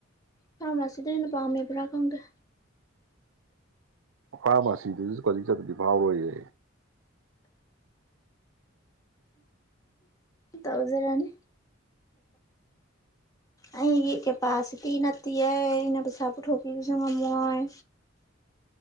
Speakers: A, on the left (about 20°); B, on the right (about 85°).
A: ꯐꯥꯔꯃꯥꯁꯤꯗ ꯑꯣꯏꯅ ꯄꯥꯝꯃꯦ ꯍꯥꯏꯕꯔ ꯈꯪꯗꯦ
B: ꯐꯥꯔꯃꯥꯁꯤꯗꯨꯁꯨ ꯀꯣꯆꯤꯡ ꯆꯠꯇꯔꯗꯤ ꯐꯥꯎꯔꯣꯏꯌꯦ
A: ꯇꯧꯖꯔꯅꯤ ꯑꯩꯒꯤ ꯀꯦꯄꯥꯁꯤꯇꯤ ꯅꯠꯇꯤꯌꯦ ꯑꯩꯅ ꯄꯩꯁꯥ ꯄꯨꯊꯣꯛꯄꯤꯕꯁꯨ ꯉꯝꯃꯣꯏ